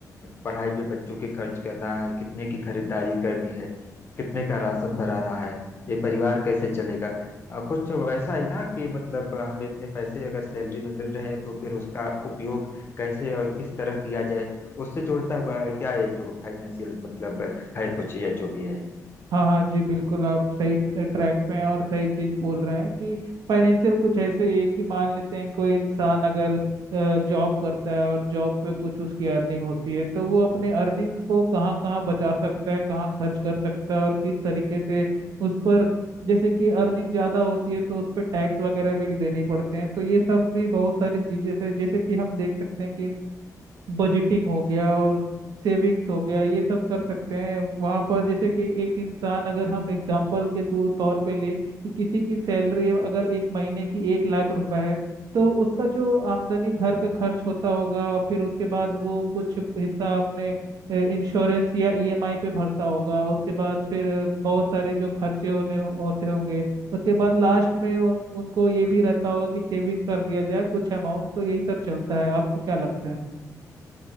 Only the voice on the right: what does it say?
हाँ हाँ जी बिल्कुल आप सही ट्रैक पे हैं और सही चीज बोल रहे हैं कि फाइनेंशियल कुछ ऐसे ही है कि मान लेते हैं कोई इंसान अगर जॉब करता है और जॉब पे कुछ उसकी अर्निंग होती है तो वो अपने अर्निंग्स को कहाँ कहाँ बचा सकता है कहाँ खर्च कर सकता है और किस तरीके से उस पर जैसे कि अर्निंग ज़्यादा होती है तो उस पर टैक्स वगैरह भी देने पड़ते हैं तो ये सब भी बहुत सारी चीज़ें हैं जैसे कि हम देख सकते हैं कि बजटिंग हो गया और सेविंग्स हो गया ये सब कर सकते हैं वहाँ पर जैसे कि एक इंसान अगर हम एग्जाम्पल के तौर तौर पे ले कि किसी की सैलरी अगर एक महीने की एक लाख रुपए है तो उसका जो आमदनी घर का खर्च होता होगा फिर उसके बाद वो कुछ हिस्सा अपने इंश्योरेंस या ईएमआई पे भरता होगा उसके बाद फिर बहुत सारे जो खर्चे होने होते होंगे उसके बाद लास्ट में उन उनको ये भी रहता होगा कि सेविंग्स कर दिया जाए कुछ अमाउंट तो यही सब चलता है आपको क्या लगता है